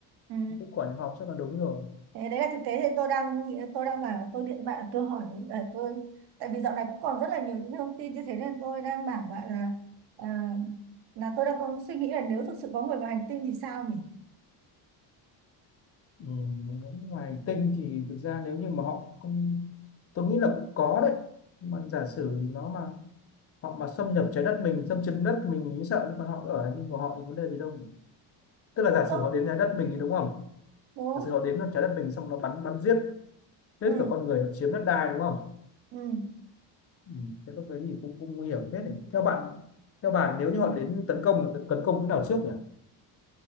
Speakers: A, on the right; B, on the left.
A: Ừ,
B: Kết quả nhập học chắc là đúng rồi.
A: thế đấy là thực tế thì tôi đang tôi đang bảo tôi điện bạn tôi hỏi ờ, tôi tại vì dạo này cũng còn rất là nhiều những thông tin như thế nên tôi đang bảo bạn là ờ, là tôi đang có suy nghĩ là nếu thực sự có người ngoài hành tinh thì sao nhỉ?
B: Ừ. Người ngoài hành tinh thì thực ra nếu như mà họ không tôi nghĩ là cũng có đấy. Nhưng mà giả sử nó mà họ mà xâm nhập trái đất mình, xâm chiếm đất mình mình mới sợ nhưng còn họ ở hành tinh của họ thì vấn đề gì đâu nhỉ? Tức là giả
A: Tôi
B: sử họ
A: cũng
B: đến trái đất mình thì đúng không?
A: đúng
B: thật sự họ đến nó trái đất mình xong nó bắn bắn giết hết
A: ừ
B: cả con người nó chiếm đất đai đúng không
A: ừ
B: ừ. thế lúc đấy thì cũng cũng nguy hiểm hết theo bạn theo bạn nếu như họ đến tấn công tấn công chỗ nào trước nhỉ